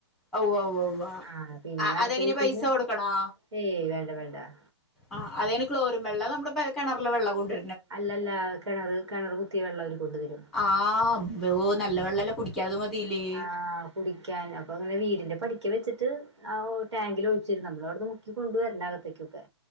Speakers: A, in the centre; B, on the right.
A: ഔവ വവ്വ
B: ആഹ് പിന്നെ അടുത്ത
A: അതെങ്ങനെ
B: വീട്ടീന്ന്
A: പൈസ കൊടുക്കണോ
B: ഏയ് വേണ്ട വേണ്ട
A: ആഹ് അതിന് ക്ലോറിങ് വെള്ള നമ്മുടെ പെ കെണർലെ വെള്ളവുണ്ട്
B: അല്ലല്ല കെണറ് കെണർ കുത്തിയ വെള്ളം അവര് കൊണ്ടു തരും
A: ആഹ് അമ്പോ
B: അപ്പൊ
A: നല്ല വെള്ളല്ലെ കുടിക്കാത് മതില്ലേ
B: ആ കുടിക്കാൻ അപ്പൊ ഇങ്ങനെ വീടിന്റെ പടിക്ക വെച്ചിട്ട് ആഓ ടാങ്കിൽ ഒഴിചേരും നമ്മളോടെ അത് മുക്കി ക്കൊണ്ടുവരണ്ട അകത്തേക്കൊക്കെ